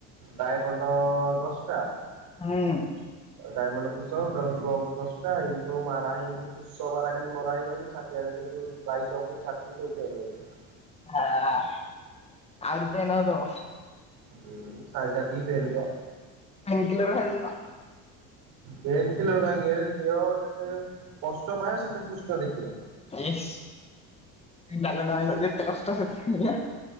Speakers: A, on the right; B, on the left.
A: ଡାଇମଣ୍ଡ ଟା
B: ହୁଁ
A: ଡାଇମଣ୍ଡ ପୁଷ <unintelligible> ଦଶଟା ଏମିତି ପୁଷ ମାରା ହେଇଯାଉଚି ପୁଷ ମାରା ଖାଲି ମରା ହେଇଯାଉଚି ଛାତିରେ ସେ ଯୋଉ ବାଇ ସବୁ ଛାତି ସବୁ ପେନ ରହୁଚି।
B: ଆ ଆହୁରି ପେନ୍ ହୋଉଥିବ।
A: ହୁଁ ସାଙ୍ଗାଦିକ ପେନ ପା।
B: ପେନ୍ କିଲର ଖାଇଦଉନ
A: ପେନ କିଲର କାହିଁକି ଖାଇବ ଦେହ ଯେତେ କଷ୍ଟ ପାଇବ ସେତେ କୃଷ୍ଣ ଦେଖିବ।
B: ଇସ୍ କି ଡାଇଲକଟା ମାଇଲ ଯେତେ କଷ୍ଟ ସେ <unintelligible>